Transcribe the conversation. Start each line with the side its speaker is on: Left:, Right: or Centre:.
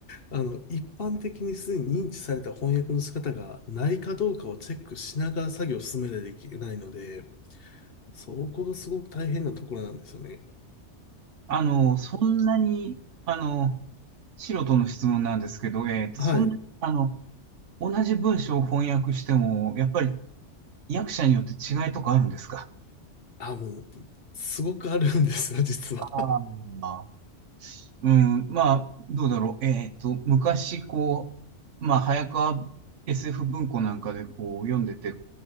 Left: あの、一般的にすでに認知された翻訳の仕方がないかどうかをチェックしながら作業を進めないといけないので、そこがすごく大変なところなんですよね。
Right: あの、そんなに、あの、素人の質問なんですけど、えっと、
Left: はい。
Right: そんな、あの、同じ文章を翻訳しても、やっぱり役者によって違いとかあるんですか
Left: あ、もう、すごくあるんですよ、実は。
Right: ああーうん、まあ、どうだろう。えっと、昔、こう、まあ、早川 SF 文庫なんかで、こう、読んでて、